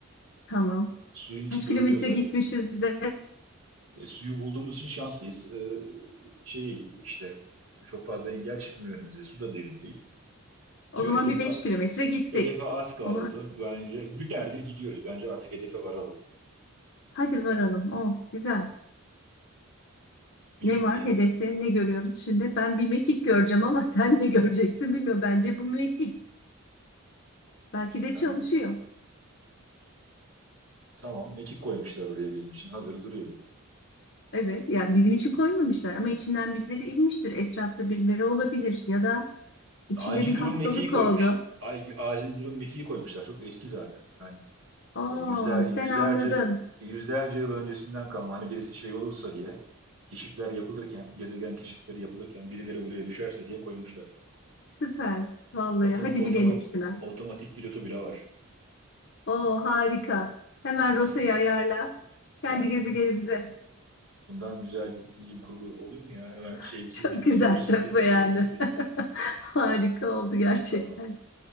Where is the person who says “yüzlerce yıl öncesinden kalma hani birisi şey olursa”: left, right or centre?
Right